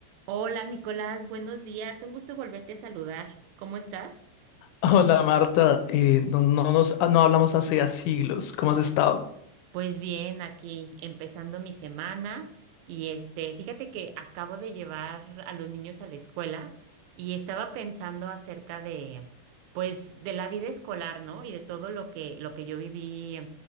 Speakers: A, on the right; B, on the left.
A: Hola Nicolás, buenos días. Un gusto volverte a saludar. ¿Cómo estás?
B: Hola Marta, Eh, no, no nos, ah, no hablamos hace ya siglos. ¿Cómo has estado?
A: Pues bien, aquí empezando mi semana y este, fíjate que acabo de llevar a los niños a la escuela y estaba pensando acerca de, pues, de la vida escolar, ¿no? Y de todo lo que, lo que yo viví